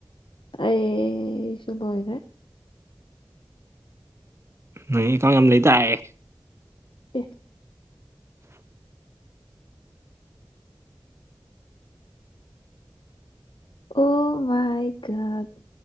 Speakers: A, on the left; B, on the right.
A: ꯑꯩ ꯁꯨ ꯂꯣꯢꯒ꯭ꯔꯦ
B: ꯅꯣꯏ ꯑꯦꯛꯀꯥꯎꯟ ꯌꯥꯝ ꯂꯩꯗꯥꯏꯑꯦ
A: ꯑꯦ ꯑꯣ ꯃꯥꯏ ꯒꯣꯠ